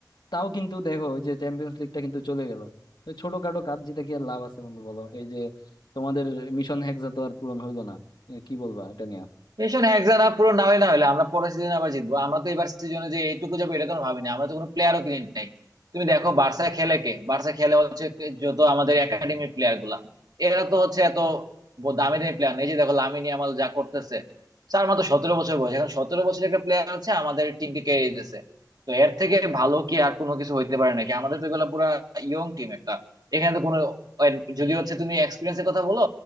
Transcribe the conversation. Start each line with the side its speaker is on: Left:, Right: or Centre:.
Left: তাও কিন্তু দেখো ওই যে চ্যাম্পিয়ন্স লিগটা কিন্তু চলে গেল ওই ছোটখাটো কাপ জিতে কি আর লাভ আছে বন্ধু বলো এই যে তোমাদের মিশন হেক্সা তো আর পূরণ হইলো না এ, কি বলবা এটা নিয়ে
Right: সেশন হেক্সা না পুরো না হলে না হলে আমরা পরের সিজনে আবার জিতবো আমরা তো এবার সিজনে যে এইটুকু যাবো এটা তো আমরা ভাবিনি আমরা তো কোনো প্লেয়ারও কিনে নাই তুমি দেখো বার্সা খেলে কে বার্সা খেলে হচ্ছে কে- যত আমাদের একাডেমির প্লেয়ার গুলা এরা তো হচ্ছে এত ব- দামি দামি প্লেয়ার নেই যে দেখো লামিন ইয়ামাল যা করতেছে তার মাত্র সতেরো বছর বয়স এখন সতেরো বছরের একটা প্লেয়ার হচ্ছে আমাদের টিমকে ক্যারি দিতেছে তো এর থেকে ভালো কি আর কোনো কিছু হইতে পারে নাকি আমাদের তো এগুলো পুরা ইয়ং টিম একটা এখানে তো কোনো যদি হচ্ছে তুমি এক্সপিরিয়েন্সের কথা বলো